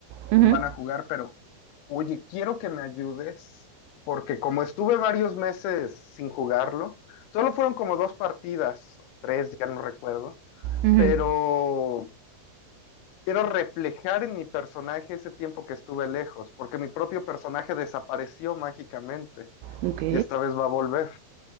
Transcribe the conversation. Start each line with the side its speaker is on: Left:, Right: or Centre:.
Right: Ujú,
Left: van a jugar, pero oye, quiero que me ayudes, porque como estuve varios meses sin jugarlo, solo fueron como dos partidas, o tres, ya no recuerdo,
Right: ujú,
Left: pero quiero reflejar en mi personaje ese tiempo que estuve lejos, porque mi propio personaje desapareció mágicamente
Right: Ok.
Left: y esta vez va a volver.